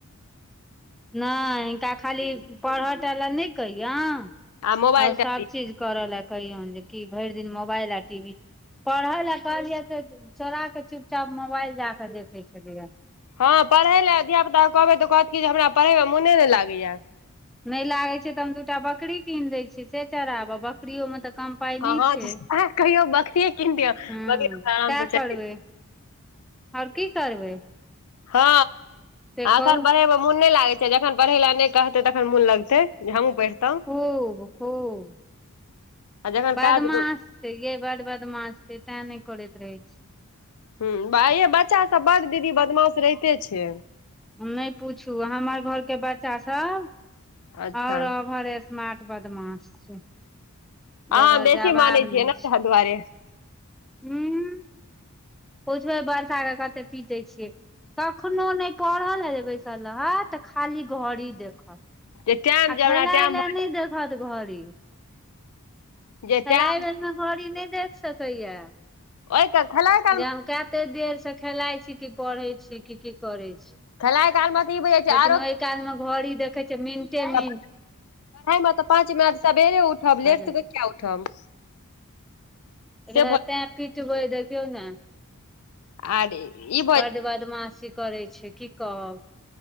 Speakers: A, in the centre; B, on the left.
A: नय हिनका खाली पढ़ऽ टा लऽ नय कहियौन
B: आ मोबाइल
A: आओर
B: टा
A: सभचीज
B: दियौ।
A: करऽ लए कहियौन जेकि भैर दिन मोबाइल आ टीवी, पढ़ैल लऽ कहलिये त चोरा कऽ चुपचाप मोबाइल जा कऽ देखे छलैय
B: हँ पढ़य लए धिया पुतााक कहबै तऽ कहत कि जे हमरा पढ़य मे मोने नय लागै य
A: नै लागै छै तऽ हम दू टा बकरी कीन दै छी से चराब बकरियो मे तऽ कम पाइ
B: हँ
A: नै
B: हँ
A: छै।
B: अहाँ कहियो बकरिये कीन दियौ
A: हूँ
B: बकरी आराम
A: सएह
B: से
A: करबै
B: चल
A: आओर की करबै
B: हँ
A: से
B: एखन
A: कहू
B: बढ़ै मे मुन नै लागै छै, जखन पढ़ै लए नै कहतै तखन मुन लगतै जे हमहूँ पढ़ितौं
A: खूब खूब
B: आ जखन
A: बादमास
B: काज
A: यै बड बदमास छै तें नै करैत रहै छी,
B: हूँ यै ब बच्चा सब बड दीदी बदमाश रहिते छै
A: नै पूछू हमर घर के बच्चा सब
B: अच्छा
A: आओर औभर ए स्मार्ट बदमाश छै
B: अहाँ
A: जकर
B: बेसी
A: जवाब
B: मानै छियै
A: नै
B: ने
A: छै,
B: ताहि दुआरे
A: ऊँ पूछबै बर्षा के कते पीटै छियै कखनो नै पढ़ला जे बैसल रहत तऽ खाली घड़ी देखत
B: जे टाइम
A: आ
B: जे हमरा
A: खेलायला
B: टाइम
A: नै देखत घड़ी
B: जे
A: खेलाइ
B: टाइम
A: बेर मे घड़ी नै देख सकैया
B: एकत खला <unintelligible>
A: जे हम काते देर से खेलाय छी कि पढ़ै छी कि की करै छी,
B: खलाय कालमे त ई बुझै छियै
A: लेकिन ओहि काल मे घड़ी देखै छै मिनटे मिनट
B: <unintelligible> पढ़ाइ मे तऽ पाँच मिनट सबेरे उठब
A: भऽ
B: लेट
A: जाय
B: त
A: छै,
B: किया उठब
A: एकरा
B: से भ
A: तैं पीटबै दखियौ न
B: अरे ईप
A: बड बदमासी करै छै की कहब।